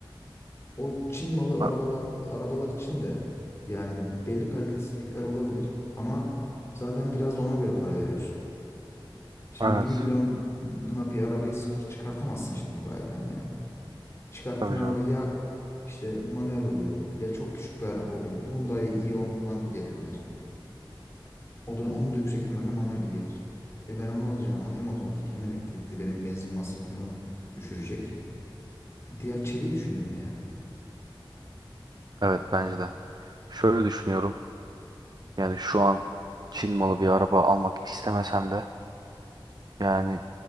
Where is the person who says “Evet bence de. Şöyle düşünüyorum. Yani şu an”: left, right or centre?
Right